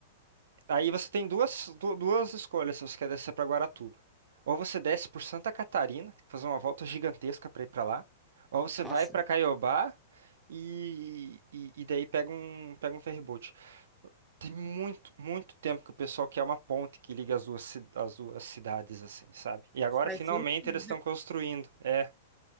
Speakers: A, on the right; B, in the centre.
A: Aí você tem duas, du- duas escolhas se você quer descer para Guaratuba. Ou você desce por Santa Catarina, fazer uma volta gigantesca para ir para lá, ou você vai
B: Nossa,
A: para Caiobá e, e, e daí pega um, pega um ferryboat. Tem muito, muito tempo que o pessoal quer uma ponte que liga as duas, ci- as duas cidades, assim, sabe? E agora
B: faz
A: finalmente
B: sentido.
A: eles estão construindo. É,